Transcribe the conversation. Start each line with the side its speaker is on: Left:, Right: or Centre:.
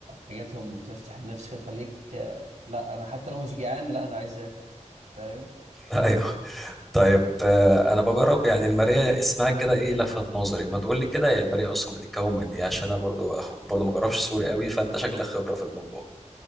Right: حاجاتهم تفتح النفس كده تخليك آه، لا انا حتى لو مش جعان لا انا عايز اكل فاهم
Centre: <laughs> ايوه طيب آه، انا بجرب يعني الماريا اسمها كده ايه لفت نظري ما تقول لي كده هي الماريا اصلا بتتكون من ايه عشان انا برضو اخوك برضو ما جربش سوري قوي فانت شكلك خبرة في الموضوع